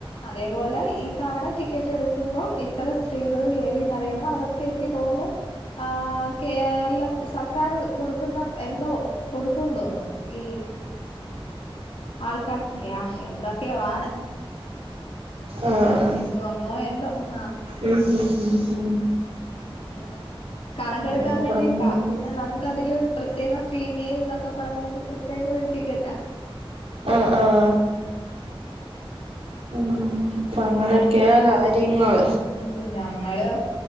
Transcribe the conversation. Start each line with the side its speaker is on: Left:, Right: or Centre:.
Left: അതേപോലെ ഈ തവണ ടി ടിക്കറ്റ് എടുക്കുമ്പോ ഇത്ര സ്ത്രീകള് കേയറിന്ന്റിയുമ്പോ അവർക്ക് എനിക്ക് തോന്നുന്നു ആ കേരള സർക്കാർ കൊടുക്കുന്ന എന്തോ കൊടുക്കുംന്ന് തോന്നുന്നു ഈ ആൾക്കാർക്കൊക്കെ ആ എന്തൊക്കെവാണ്
Right: ആഹ്
Left: എന്തുവാണോ എന്തോ ആഹ്
Right: ഉം ഉം ഉ ഹം
Left: അങ്ങനെ കണക്കെടുക്കാൻ
Right: അപ്പങ്ങനെ
Left: വേണ്ടിട്ടാ പിന്നെ നമുക്ക്തില് പ്രത്യേകം ഫീമെയിൽ എന്നൊക്കെ പറഞ്ഞൊ ഒരു പ്രത്യേകം ഒരു ടിക്കറ്റാ
Right: ആഹ ആഹ ഉം അപ്പൊ അങ്ങനൊക്കെ
Left: അങ്ങനെയൊക്കെ
Right: കാര്യങ്ങൾ
Left: ഉം ഞങ്ങള്